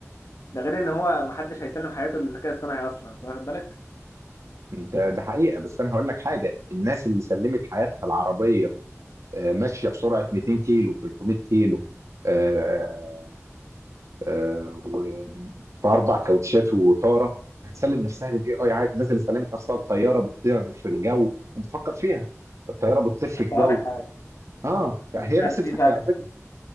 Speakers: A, on the left; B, on the right.
A: ده غير ان هو محدش هيسلم حياته للذكاء الاصطناعي اصلا انت واخد بالك؟
B: ده, ده حقيقه بس انا هقول لك حاجه الناس اللي سلمت حياتها العربيه آه، ماشيه بسرعه 200 كيلو 300 كيلو آه، آه، آه، وفي اربع كاوتشات وطاره هتسلم نفسها للاي اي عادي نزل سلمت نفسها الطياره بتطير في الجو انت فكر فيها الطياره بتطير في
A: كنت
B: الجو
A: هقول لك حاجه
B: اه فهي
A: في فرق
B: نفس الفكره
A: في فرق
B: على فكره